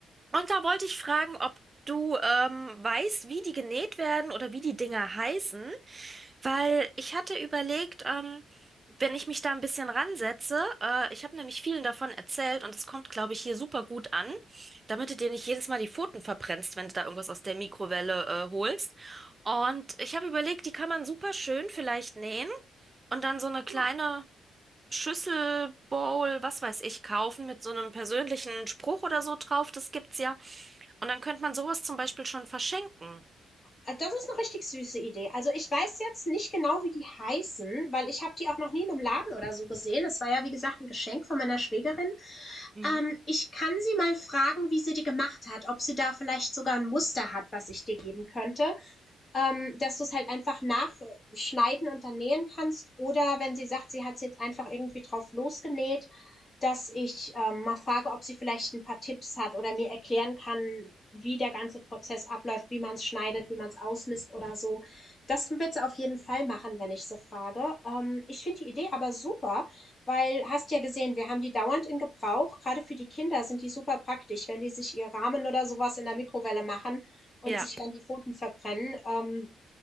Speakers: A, on the right (about 30°); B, on the left (about 40°).
A: Und da wollte ich fragen, ob du ähm, weißt, wie die genäht werden oder wie die Dinger heißen. Weil ich hatte überlegt, ähm, wenn ich mich da ein bisschen ransetze, äh, ich habe nämlich vielen davon erzählt und es kommt, glaube ich, hier super gut an, damit du dir nicht jedes Mal die Pfoten verbrennst, wenn du da irgendwas aus der Mikrowelle, äh, holst. Und ich habe überlegt, die kann man super schön vielleicht nähen und dann so eine kleine
B: Ja.
A: Schüssel, Bowl, was weiß ich, kaufen mit so einem persönlichen Spruch oder so drauf. Das gibt's ja. Und dann könnte man sowas zum Beispiel schon verschenken.
B: Äh, Das ist eine richtig süße Idee. Also ich weiß jetzt nicht genau, wie die heißen, weil ich habe die auch noch nie in einem Laden oder so gesehen. Es war ja, wie gesagt, ein Geschenk von meiner Schwägerin.
A: Mhm.
B: Ähm, ich kann sie mal fragen, wie sie die gemacht hat, ob sie da vielleicht sogar ein Muster hat, was ich dir geben könnte. ähm, dass du es halt einfach nachschneiden und dann nähen kannst. Oder wenn sie sagt, sie hat es jetzt einfach irgendwie drauf losgenäht, dass ich ähm, mal frage, ob sie vielleicht ein paar Tipps hat oder mir erklären kann, wie der ganze Prozess abläuft, wie man es schneidet, wie man es ausmisst oder so. Das wird sie auf jeden Fall machen, wenn ich sie frage. Ähm, ich finde die Idee aber super, weil hast ja gesehen, wir haben die dauernd in Gebrauch. Gerade für die Kinder sind die super praktisch, wenn die sich ihr Rahmen oder sowas in der Mikrowelle machen und
A: Ja.
B: sich dann die Pfoten verbrennen. Ähm,